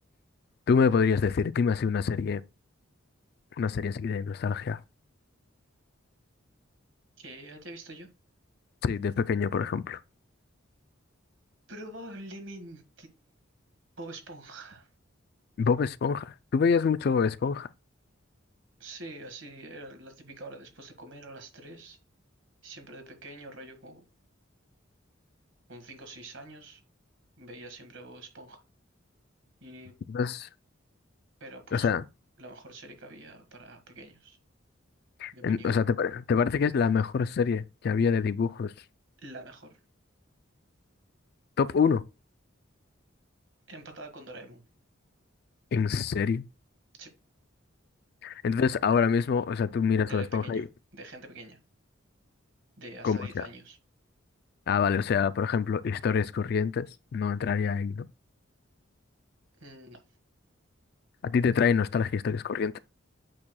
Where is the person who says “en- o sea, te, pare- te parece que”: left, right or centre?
Left